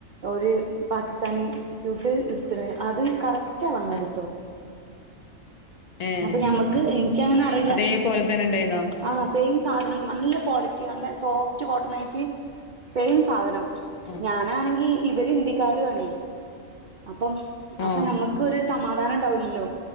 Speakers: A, on the right; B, on the left.
A: ഓര് പാക്സ്ഥ തനി സ്യൂട്ട് ഇ <unintelligible> അതും കറക് റ്റാ വന്നത്
B: ആഹ് ഏഹ്
A: അപ്പൊ ഞമ്മക്ക് എനിക്കങ്ങനെ അറിയില്ല
B: അതേപോലെ തന്നെ ഉണ്ടായിന്നോ
A: ആ സെയിം സാധനം നല്ല ക്വാളിറ്റി നല്ല സോഫ്റ്റ് കോട്ടൺ ആയിട്ട് സെയിം സാധനം
B: ആഹ്
A: ഞാനാണെങ്കി ഇവര് ഇന്തിക്കാരു ആണേ അപ്പം അപ്പൊ
B: ആഹ്
A: നമ്മുക്കരു സമാ- പ്ലാനുണ്ടാവില്ലല്ലോ